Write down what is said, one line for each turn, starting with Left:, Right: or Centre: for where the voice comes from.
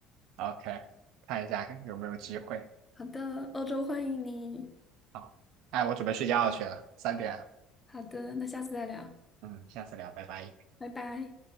Right: ，OK，看一下有没有机会。
Left: 好的，欧洲欢迎你。
Right: 好，哎，我准备睡觉去了，三点。
Left: 好的，那下次再聊。
Right: 嗯，下次聊，拜拜。
Left: 拜拜。